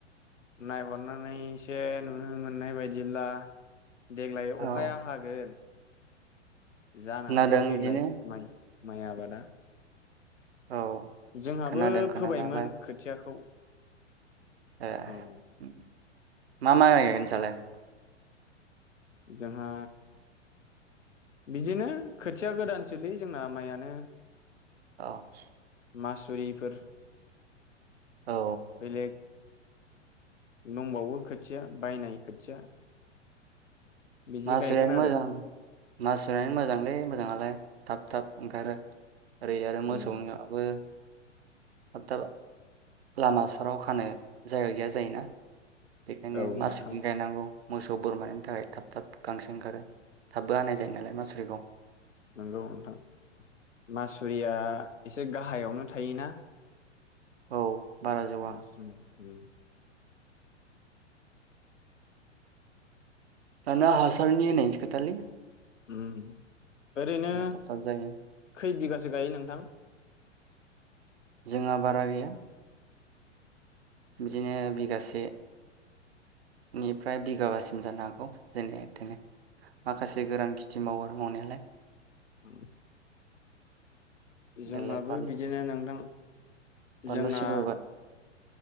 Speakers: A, on the left; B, on the right.
A: नायहरनानैसो नुनो मोननाय बायदिब्ला देग्लाय अखाया
B: औ
A: हागोन। जानो
B: खोनादों
A: हागौ
B: बिदिनो
A: देग्लाय माइ माय आबादा।
B: औ
A: जोंहाबो
B: खोनादों खोनानायालाय
A: फोबायमोन खोथियाखौ।
B: ए
A: औ
B: उम। मा माय गायगोन नोंसालाय?
A: जोंहा बिदिनो खोथिया गोदान सोलै जोंना माइयानो।
B: औ।
A: मासुरिफोर
B: औ।
A: बेलेग दंबावो खोथिया बायनाय खोथिया। बिदि
B: मासुरियानो
A: गायगोन आरो
B: मोजां। मासुरियानो मोजांलै मोजाङालाय। थाब थाब ओंखारो। ओरै आरो मोसौनियाबो
A: उम
B: थाबथाब लामाफोराव खानो जायगा गैया जायोना। बेखायनो
A: औ
B: मासुरि
A: नोंथां
B: गायनांगौ मोसौ बोरमानि थाखाय थाब थाब गांसो ओंखारो। थाबबो हानाय जायो नालाय मासुरिखौ।
A: नंगौ नोंथां। मासुरिया एसे गाहायावनो थायोना?
B: औ। बारा जौआ
A: मासुरि उम।
B: दाना हासारनि होनायनिसो खोथा लै।
A: उम ओरैनो
B: थाब थाब जायो
A: खै बिगासो गायो नोंथां?
B: जोंहा बारा गैया। बिदिनो बिगासे निफ्राय बिगाबासिम जानो हागौ जेने थेने माखासे गोरां खिथि मावो। मनाया लाय
A: उ। जोंनाबो
B: देलाय बानलु
A: बिदिनो नोंथां
B: बानलु
A: जोंना।
B: सिब्र गाय